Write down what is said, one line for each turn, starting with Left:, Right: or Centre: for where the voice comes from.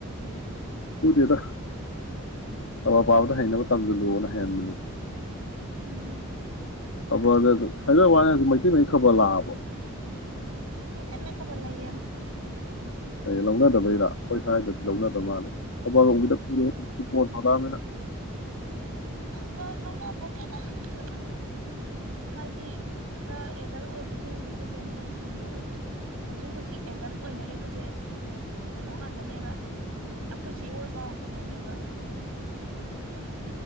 Left: ꯎꯏꯗꯦꯗ ꯑꯋꯥ ꯄꯥꯕꯗ ꯍꯩꯅꯕ ꯇꯝꯁꯤꯜꯂꯣꯑꯣꯅ ꯍꯩꯍꯟꯕꯅꯤꯗ
Right: ꯎꯝ
Left: ꯑꯩ ꯍꯥꯏꯗ ꯋꯥꯅꯤ ꯃꯩꯇꯩ ꯃꯌꯦꯛ ꯈꯕꯔ ꯂꯥꯛꯑꯕ
Right: ꯇꯃꯦ ꯈꯕꯔ ꯂꯩꯏ ꯌꯥꯝꯦꯝ
Left: ꯂꯧꯅꯗꯕꯩꯔ ꯑꯩꯈꯣꯏ ꯁ꯭ꯋꯥꯏꯗꯗꯤ ꯂꯧꯅꯗꯕ ꯃꯥꯜꯂꯦ ꯊꯕꯗ ꯑꯗꯥꯃꯤꯅ
Right: ꯐ ꯂꯧꯅ ꯄꯣꯠꯇꯤꯗ ꯐ ꯍꯥꯏꯗꯤ ꯈꯔ ꯑꯦꯗꯜ ꯑꯣꯏꯕꯁꯤꯡꯁꯤꯒꯤ ꯖꯦꯅꯦꯔꯦꯁꯟꯁꯦ ꯍꯧꯖꯤꯛ ꯍꯧꯖꯤꯛ ꯍꯧꯖꯤꯛ ꯑꯦꯗꯜꯠ ꯑꯣꯏꯅꯔꯤꯕꯁꯦ ꯀꯩꯅꯣ ꯉꯥꯛꯇꯅꯦꯕ ꯑꯩꯈꯣꯏ ꯆꯦ ꯑꯣꯏꯕ ꯀꯩꯅꯣꯅꯦꯕ ꯀ